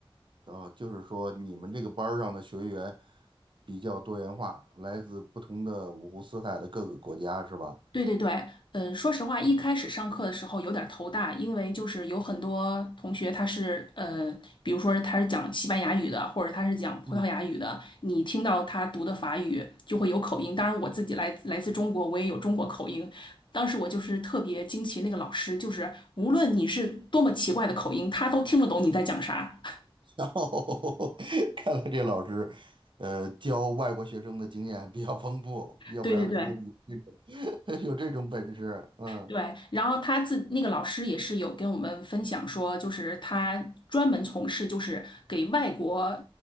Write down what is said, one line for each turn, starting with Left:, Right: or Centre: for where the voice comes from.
Right: 哦，就是说你们这个班儿上的学员比较多元化，来自不同的五湖四海的各个国家是吧？
Left: 对对对，嗯，说实话，一开始上课的时候有点儿头大，
Right: 啊，
Left: 因为就是有很多同学他是呃，比如说他是讲西班牙语的，或者他是讲葡萄牙语的，
Right: 嗯
Left: 你听到他读的法语就会有口音。当然，我自己来来自中国，我也有中国口音。当时我就是特别惊奇，那个老师就是无论你是多么奇怪的口音，他都听得懂你在讲啥。<laughs>
Right: 然后 <laughs> 看来这老师，呃，教外国学生的经验比较丰富，要不然不会有这种
Left: 对对对，
Right: <laughs> 有这种本事。嗯，
Left: 对，然后他自那个老师也是有跟我们分享说，就是他专门从事就是给外国